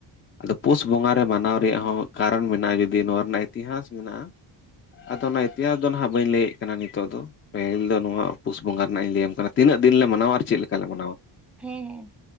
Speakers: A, on the left; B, in the centre.
A: ᱟᱫᱚ ᱯᱩᱥ ᱵᱚᱸᱜᱟ ᱨᱮ ᱢᱟᱱᱟᱣ ᱨᱮᱭᱟᱜ ᱦᱚᱸ ᱠᱟᱨᱚᱱ ᱢᱮᱱᱟᱜᱼᱟ ᱡᱩᱫᱤ ᱱᱚᱣᱟ ᱨᱮᱱᱟᱜ ᱤᱛᱤᱦᱟᱥ ᱢᱮᱱᱟᱜᱼᱟ ᱾ ᱟᱫᱚ ᱚᱱᱟ ᱤᱛᱤᱦᱟᱥ ᱫᱚ ᱱᱟᱦᱟᱜ ᱵᱟᱹᱧ ᱞᱟᱹᱭᱮᱫ ᱠᱟᱱᱟ ᱱᱤᱛᱚᱜ ᱫᱚ ᱾ ᱯᱟᱹᱦᱤᱞ ᱫᱚ ᱱᱚᱣᱟ ᱯᱩᱥ ᱵᱚᱸᱜᱟ ᱨᱮᱱᱟᱜ ᱤᱧ ᱞᱟᱹᱭᱟᱢ ᱠᱟᱱᱟ ᱛᱤᱱᱟᱹᱜ ᱫᱤᱱ ᱞᱮ ᱢᱟᱱᱟᱣᱟ ᱟᱨ ᱪᱮᱫ ᱞᱮᱠᱟᱞᱮ ᱢᱟᱱᱟᱣᱟ ᱾
B: ᱦᱮᱸ ᱦᱮᱸ ᱾